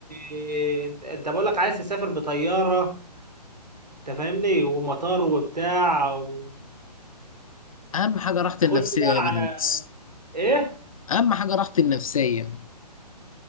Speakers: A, on the right (about 75°); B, on the left (about 55°).
A: انت انت بقول لك عايز تسافر بطياره انت فاهمني ومطار وبتاع وخش
B: أهم حاجة راحتي النفسية
A: بقى
B: يا
A: على
B: برنس
A: ايه
B: أهم حاجة راحتي النفسية